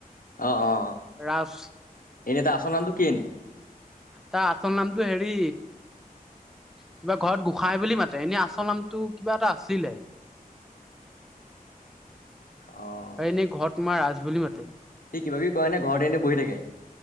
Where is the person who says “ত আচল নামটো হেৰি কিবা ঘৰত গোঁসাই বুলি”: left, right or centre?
Centre